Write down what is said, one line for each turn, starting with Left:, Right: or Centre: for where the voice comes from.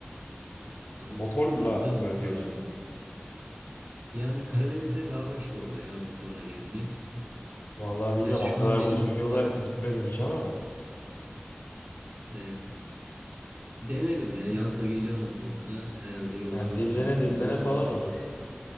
Right: T- Tamam.
Left: Motorla
Right: Atlarız
Left: mı
Right: motorların.
Left: diyorsun?
Right: Yani Karadeniz'de daha başka oluyor ya motorla gezmek.
Left: Vallahi bilmiyorum
Right: Gerçi şu
Left: o kadar
Right: an benim
Left: uzun yola
Right: aktif...
Left: gitmedim
Right: <laughs>
Left: hiç ama
Right: Evet. Deneriz ya. Yaz da geliyor nasıl olsa. Herhalde yollar
Left: yani
Right: o
Left: dinlene
Right: kadar sıkıntılı
Left: dinlene
Right: olmaz.
Left: falan olur.